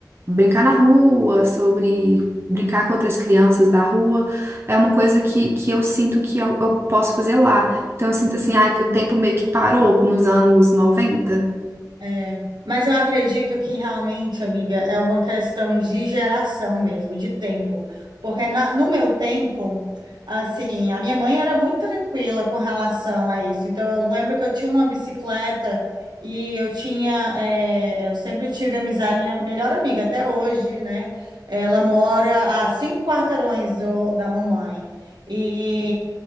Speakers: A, on the right; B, on the right.
A: brincar na rua, sobre brincar com outras crianças da rua, é uma coisa que, que eu sinto que eu, eu posso fazer lá. Então, eu sinto assim,
B: Uhum.
A: ah, que o tempo meio que parou nos anos 90.
B: É, mas eu acredito que realmente, amiga, é uma questão de geração mesmo, de tempo. Porque na- no meu tempo, assim, a minha mãe era muito tranquila com relação a isso. Então, eu lembro que eu tinha uma bicicleta e eu tinha, é, eu sempre tive amizade, minha melhor amiga até hoje, né? Ela mora a cinco quarteirões do- da mamãe. E,